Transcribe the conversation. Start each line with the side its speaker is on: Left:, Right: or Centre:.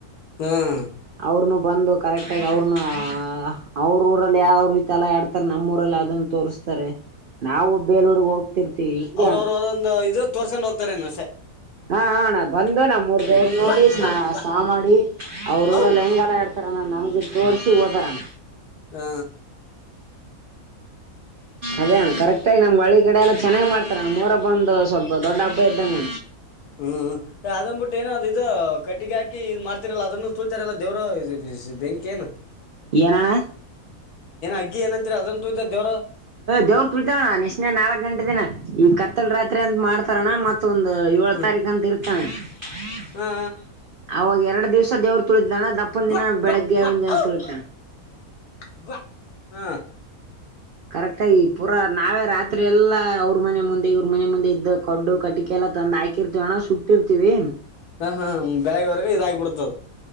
Left: ಹಾ ಹ್ಮ್
Right: ಅವ ನ ಬಂದು ಕರೆಕ್ಟ್ ಆಗಿ ಅವ್ರನ್ನ ಅವ್ರ ಊರಲ್ಲಿ ಯಾವ ರೀತಿ ಎಲ್ಲ ಆಡ್ತಾರೆ ನಮ್ಮ ಊರಲ್ಲಿ ಅದನ್ನ ತೋರ್ಸ್ತಾರೆ ನಾವು ಬೇಲೂರ್ಗ್ ಹೋಗ್ತಿರ್ತಿವಿ
Left: ಅವ್ರ
Right: ಅಣ
Left: ಅವ್ರದಂದು ಇದು ತೋರ್ಸೊಂಡ ಹೋಗ್ತಾರೆ ರೆ ನಸೆ
Right: ಹಾ ಹಣ ಬಂದು ನಮ್ಮ ಮೂರ್ ದೇವರ್ ನೋಡಿ
Left: ಬಾ ಬಾ ಬಾ
Right: ಸಾ ಮಾಡಿ ಅವ್ರ ಊರಲ್ಲಿ
Left: ಔ
Right: ಹೆಂಗಲ್ಲ ಇತಾರೆ ನಮ್ಗಿ ತೋರ್ಸಿ ಓದಾರಣ
Left: ಹಾ
Right: ಅದೇ ಕರೆಕ್ಟ್ ಆಗಿ ನಮ್ ಒಳ್ಳ ಕಡೆ ಎಲ್ಲ ಚೆನ್ನ್ ಮಾಡ್ತಾರೆ ನಮ್ಮ್ ಮೂರ ಹಬ್ಬ ಒಂದು ಸ್ವಲ್ಪ ದೊಡ್ಡ ಹಬ್ಬ ಇದ್ದಂಗ
Left: ಹ್ಮ್ ಅದ್ ಬಿಟ್ಟು ಏನ ಅ್ ಇದು ಕಟ್ಟಿಗೆ ಹಾಕಿ ಇ್ ಮಾಡ್ತಿರಲ್ಲ ಅದನ್ನು ತೂಳ್ತಾರಲ್ಲ ದೇವರು ಬೇಂಗಗೆ ಕನು
Right: ಏನಣ
Left: ಅಗ್ಗಿ ಏನಂತೀರ ಅದನ್ನ ತೂತಾರ ದೇವ್ರು
Right: ದವರು ಕುಳತವಣ್ಣ ನೆ ನಾಲ್ಕ್ ಗಂಟೆಿನ ಈ ಕತ್ತಲ್ ರಾತ್ರಿ ಅಂತ ಮಾಡ್ತಾರಣ ಮತ್ ಮತ್ತೊಂದು ಏಳಳ್
Left: ಹ್ಮ್
Right: ತಾರೀಕ ಅಂತ ಇರ್ತವೆ
Left: ಹಾ
Right: <inaudible> ಅವಾಗ ಎರಡು ದಿವ್ಸ ದೇವರು ತುಳಿತಿದ್ದಳ್ಣ ದಪ್ಪನ್
Left: ಬಾ
Right: ದಿನ ಬೆಳಿಗ್ಗೆ
Left: ಬಾ ಬಾ
Right: ಒಂದ್ ದಿನ
Left: ಔ
Right: ತುಳಿತಳ
Left: <inaudible> ಹಾ
Right: ಕರೆಕ್ಟಾಗಿ ಪೂರಾ ನಾವೇ ರಾತ್ರಿ ಎಲ್ಲಾ ಅವ್ರ ಮನೆ ಮುಂದೆ ಇವ್ರ ಮನೆ ಮುಂದೆ ಇದ್ದ ಕಡ್ಡು ಕಟ್ಟಿಕ ಎಲ್ಲ ತಂದು ಹಾಕಿರ್ತೀವ ಅಣ್ಣ ಸುಟ್ಟಿರ್ತೀವಿ
Left: ಹಾ ಹಾ ಬೆಳಗ್ಗೆವರೆಗೆ ಇದಾಗಿಬಿಡ್ತದ